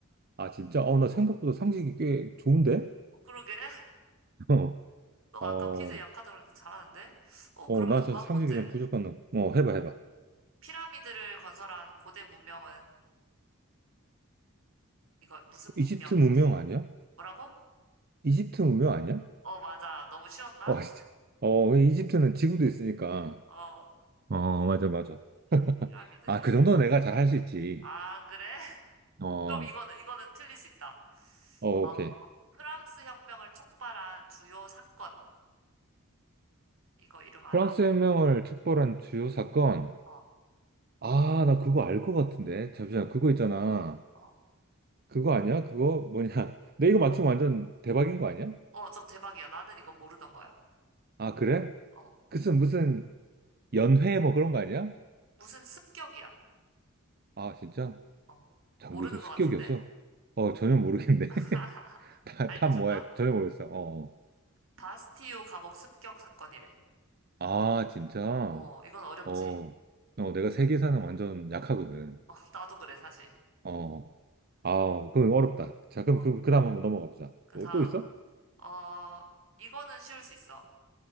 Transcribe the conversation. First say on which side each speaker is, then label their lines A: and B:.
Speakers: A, on the right (about 45°); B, on the right (about 70°).
A: 아, 진짜? 어, 나 생각보다
B: 어,
A: 상식이 꽤 좋은데?
B: 어, 그러게. <laughs>
A: <laughs>
B: 너가
A: 어,
B: 아까 퀴즈 약하다고 그랬는데 잘하는데? 어,
A: 어,
B: 그러면
A: 나 사실
B: 다음
A: 상식이
B: 문제.
A: 좀 부족한, 어, 해봐, 해봐.
B: 피라미드를 건설한 고대 문명은 이거 무슨 문명
A: 이집트
B: 이렇게.
A: 문명 아니야?
B: 뭐라고?
A: 이집트 문명 아니야?
B: 어, 맞아. 너무 쉬웠나?
A: 어, 진짜. 어, 그 이집트는 지금도 있으니까.
B: 어.
A: 어, 맞아, 맞아.
B: 음, 피라미드
A: 아,
B: 이집트
A: 그 정도는
B: 문명
A: 내가
B: 맞아.
A: 잘 할 수 있지.
B: 아, 그래? <laughs>
A: 어, 어,
B: 그럼 이거는 이거는 틀릴 수 있다.
A: 오케이.
B: 어, 프랑스 혁명을 촉발한 주요 사건. 이거 이름 알아?
A: 프랑스 혁명을 촉발한 주요 사건.
B: 어.
A: 아, 나 그거 알 것 같은데. 잠시만, 그거 있잖아.
B: 어.
A: 그거 아니야? 그거 뭐냐? <laughs> 내 이거 맞추면 완전 대박인 거 아니야?
B: 어, 좀 대박이야. 나는 이거 모르던 거야.
A: 아, 그래?
B: 어.
A: 그슨 무슨 연회 뭐 그런 거 아니야?
B: 무슨 습격이야.
A: 아, 진짜?
B: 어.
A: 자,
B: 모르는
A: 무슨 습격이었어?
B: 것 같은데?
A: 어, 전혀 모르겠네.
B: <laughs>
A: <laughs> 다,
B: 알려줄까?
A: 다 뭐야? 전혀 모르겠어. 어. 어.
B: 바스티유 감옥 습격 사건이래.
A: 아, 진짜?
B: 어, 이건 어렵지.
A: 어, 어, 내가 세계사는 완전 약하거든.
B: 어, <laughs> 나도 그래, 사실.
A: 어, 아, 그건 어렵다. 자, 그럼,
B: 어,
A: 그럼, 그 다음 한번 넘어가 보자.
B: 그
A: 또,
B: 다음.
A: 또 있어?
B: 어, 이거는 쉬울 수 있어.